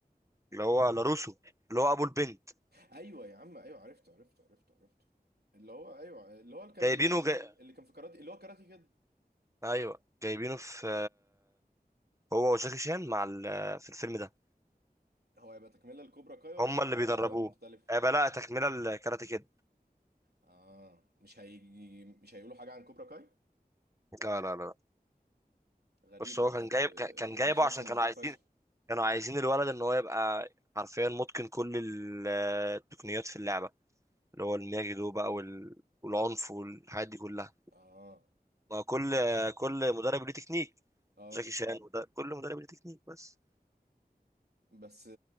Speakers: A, on the right; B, on the right.
A: اللي هو لاروسو اللي هو ابو البنت
B: ايوه يا عم ايوه عرفته عرفته عرفته عرفته اللي هو ايوه اللي هو اللي كان
A: جايبينه
B: اللي,
A: جاي...
B: اللي كان في كاراتي اللي هو كاراتي كده
A: ايوه جايبينه في هو وجاكي شان مع ال... في الفيلم ده
B: هو هيبقى تكمله لكوبرا كاي ولا
A: هم
B: هيبقى
A: اللي بيدربوه
B: عالم مختلف
A: هيبقى لا تكمله الكاراتيه كده
B: اه مش هيجي مش هيقولوا حاجه عن كوبرا كاي
A: لا لا لا
B: غريبه
A: بس هو
B: اصل
A: كان جايب ك- كان
B: المسلسل
A: جايبه عشان
B: مشهور
A: كانوا عايزين
B: فشخ
A: كانوا عايزين الولد ان هو يبقى حرفيا متقن كل ال- التقنيات في اللعبه اللي هو المياجي دو بقى وال... والعنف والحاجات دي كلها
B: اه
A: ما كل كل مدرب ليه تكنيك
B: اه
A: جاكي شان وده كل مدرب ليه تكنيك بس
B: بس